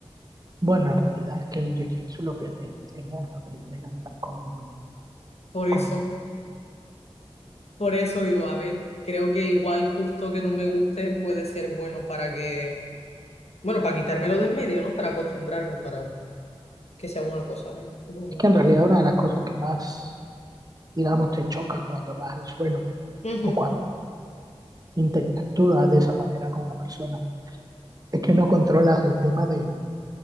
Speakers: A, on the right (about 35°); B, on the left (about 80°).
A: Bueno, en realidad es que el jiu-jitsu lo que te enseña es aprender a estar cómodo.
B: Por eso,
A: Con...
B: por eso digo, a ver, creo que igual justo que no me guste puede ser bueno para que, bueno, para quitármelo de en medio, ¿no? Para acostumbrarme, para que sea una cosa bien. Ujú,
A: Es que en realidad una de las cosas que más, digamos, te chocan cuando vas al suelo
B: ujú,
A: o cuando interactúas de esa manera con una persona es que no controlas el tema del